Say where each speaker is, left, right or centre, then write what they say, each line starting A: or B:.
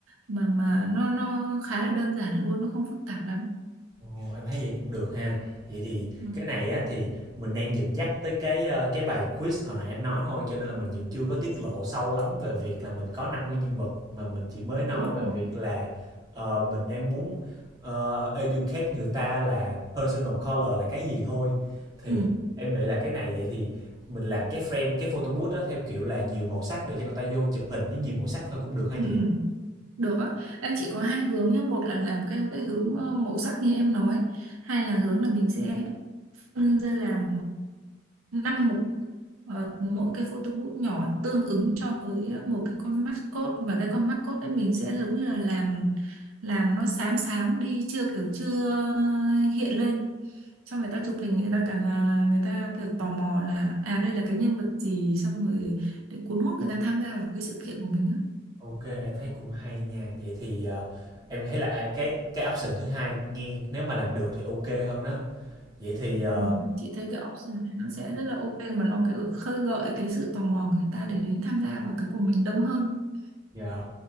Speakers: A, on the right; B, on the right.
A: mà mà nó nó khá là đơn giản luôn nó không phức tạp lắm
B: Ồ, em thấy vậy cũng được ha. Vậy thì
A: Ừ,
B: cái này á thì mình đang dẫn dắt tới cái ờ, cái bài quiz hồi nãy em nói thôi cho nên là mình vẫn chưa có tiết lộ sâu lắm về việc là mình có năm con nhân vật mà mình chỉ mới nói
A: đúng rồi
B: về việc là ờ, mình đang muốn ờ, educate người ta là personal color là cái gì thôi. Thì
A: ừ.
B: em nghĩ là cái này vậy thì mình làm cái frame cái photo booth đó theo kiểu là nhiều màu sắc để cho người ta vô chụp hình với nhiều màu sắc thôi cũng được ha
A: Ừ.
B: chị.
A: ừ. Được á, Ê, chỉ có hai hướng nhé, một là làm cái cái hướng ờ, màu sắc như em nói, hai là hướng là mình sẽ phân ra làm uh, 5 mục Ờ, mỗi cái photo booth nhỏ tương ứng cho với ờ, một cái con mascot và cái con mascot ấy mình sẽ giống như là làm làm nó xám xám đi chưa kiểu chưa ờ, hiện lên cho người ta chụp hình người ta cảm là người ta kiểu tò mò là à đây là cái nhân vật gì xong rồi để cuốn hút người ta tham gia vào cái sự kiện của mình á
B: Ok, em thấy cũng hay nha. Vậy thì ờ, em thấy là à, cái cái option thứ hai nghe nếu mà làm được thì ok hơn đó. Vậy thì ờ,
A: Ừ, chị thấy cái option này nó sẽ rất là ok mà nó cái khơi gợi cái sự tò mò người ta để đến tham gia vào cái của mình đông hơn
B: dạ.